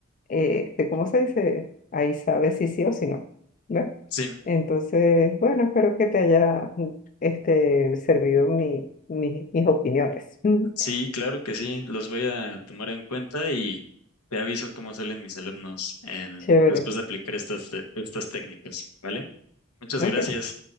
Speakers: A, on the left; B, on the left.
A: eh, este, ¿cómo se dice? Ahí sabes si sí o si no, ¿no?
B: sí,
A: Entonces, bueno, espero que te haya este, servido mi, mi- mis opiniones. <laughs>
B: Sí, claro que sí, los voy a tomar en cuenta y te aviso cómo salen mis alumnos en-
A: Chévere.
B: después de aplicar estas, te- estas técnicas, ¿vale? Muchas
A: Ok.
B: gracias.